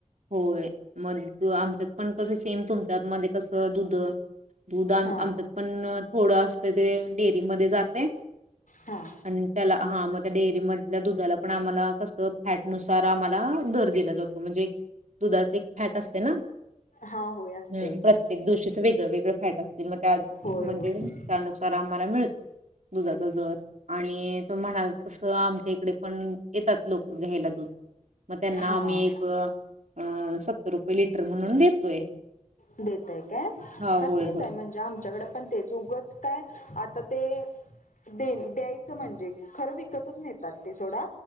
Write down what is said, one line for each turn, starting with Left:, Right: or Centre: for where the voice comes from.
Right: होय. मग आमच्यात पण कसं सेम तुमच्यात मध्ये कसं दुध. <unintelligible>
Left: हा
Right: पन.. थोडं असत ते डेअरी मध्ये जाते.
Left: हा
Right: आणि त्याला... हा मग त्या डेअरी मधल्या दुधाला पण आम्हाला कसं फॅटनुसार आम्हाला दर दिला जातो म्हणजे दुधाच एक फॅट असते ना..
Left: हा होय असतय
Right: हम्म प्रत्येक
Left: की
Right: दिवशीच वेगळं वेगळं फॅट असतील मग त्या..
Left: होय
Right: म्हणजे
Left: होय
Right: त्यानुसार आम्हाला.. मिळ.. <unintelligible> दुधाचा दर आणि तो म्हणाल तस आम <unintelligible> पण येतात लोक.. घ्यायला दूध मग त्यांना
Left: हा
Right: आम्ही एक अ सत्तर रुपये लिटर म्हणून देतोय
Left: देतय काय
Right: हा होय
Left: तेच
Right: होय
Left: म्हणजे आमच्याकडं पण त्याच उगच काय आता ते देईन द्यायचं म्हणजे खर विकतच नेतात ते सोडा..